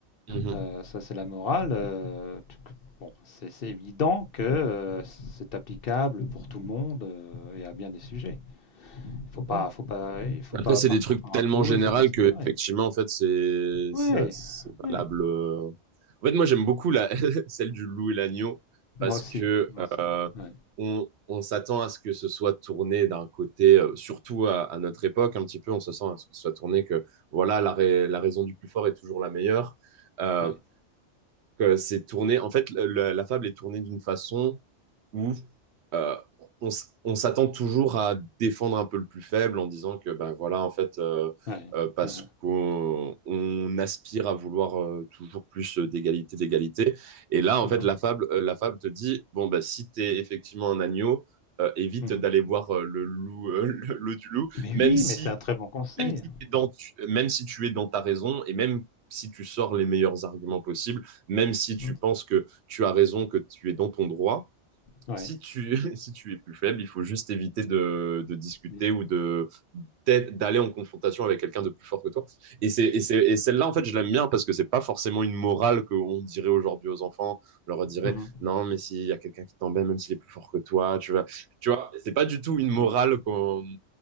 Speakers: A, on the right (about 70°); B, on the left (about 55°).
A: Mhm.
B: Euh, ça, c'est la morale. Euh, tu, Bon, c'est évident que euh, c'est applicable pour tout le monde euh, et à bien des sujets. Faut pas,
A: Ouais.
B: faut pas, il faut
A: Après,
B: pas
A: c'est
B: partir
A: des trucs
B: comme
A: tellement
B: un fou,
A: généraux
B: il faut bien se
A: que,
B: préparer.
A: effectivement, en fait, c'est
B: Ouais,
A: ça- c'est
B: ouais,
A: valable euh, En fait, moi, j'aime beaucoup la, <laughs> celle du loup et l'agneau parce
B: moi aussi,
A: que
B: moi aussi,
A: euh,
B: ouais,
A: on, on s'attend à ce que ce soit tourné d'un côté, euh, surtout à, à notre époque, un petit peu, on se sent à ce que ce soit tourné que voilà, la, ra- la raison du plus fort est toujours la meilleure. Euh,
B: ouais,
A: que c'est tourné, en fait, le- la, la fable est tournée d'une façon où euh, on, s- on s'attend toujours à défendre un peu le plus faible en disant que ben voilà en fait euh,
B: ouais.
A: euh, parce
B: uhum,
A: qu'on on aspire à vouloir euh, toujours plus d'égalité d'égalité et là en
B: uhum,
A: fait la fable euh, la fable te dit bon bah si t'es effectivement un agneau euh, évite
B: uhum.
A: d'aller voir euh, le loup euh, <laughs> le- l'eau du loup
B: Mais
A: même
B: oui,
A: si
B: mais c'est un très bon conseil.
A: même si t'es dans tu- même si tu es dans ta raison et même si tu sors les meilleurs arguments possibles même si tu
B: Mhm,
A: penses que tu as raison que tu es dans ton droit
B: Ouais.
A: si tu, <laughs> si tu es plus faible, il faut juste éviter de, de discuter
B: oui,
A: ou de d'être- d'aller en confrontation avec quelqu'un de plus fort que toi. Et c'est, et c'est, et celle-là, en fait, je l'aime bien parce que c'est pas forcément une morale qu'on dirait aujourd'hui aux enfants. On leur dirait,
B: mhm,
A: non, mais s'il y a quelqu'un qui t'embête, même s'il est plus fort que toi, tu vois, tu vois, c'est pas du tout une morale
B: mhm.
A: qu'on,